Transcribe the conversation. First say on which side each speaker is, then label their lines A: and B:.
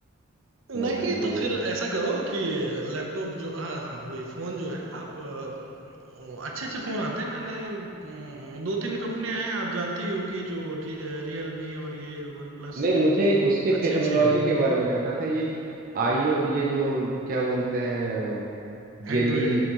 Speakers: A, on the right (about 40°); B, on the right (about 65°).
A: अपना
B: नहीं
A: घर में वो
B: तो फिर ऐसा करो कि लैपटॉप जो हाँ हाँ वही फोन जो है आप अच्छे अच्छे फोन आते हैं मैंने अम, दो तीन कंपनियां हैं आप जानते ही हो कि जो रियलमी और ये वन प्लस
A: नहीं मुझे उसके
B: अच्छे
A: टेक्नोलॉजी
B: अच्छे हैं
A: के बारे में जानना था ये आईओ ये जो क्या बोलते हैं जेली
B: एंड्रॉयड